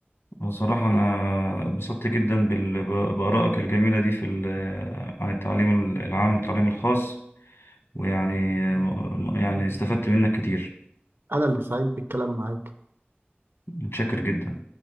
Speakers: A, on the left (about 75°); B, on the right (about 65°).
A: بصراحه انا اتبسطت جدا بال... بارائك الجميله دي في ال... عن التعليم العام والتعليم الخاص ويعني يعني استفدت منك كتير
B: أنا اللي سعيد بالكلام معاك
A: متشكر جدا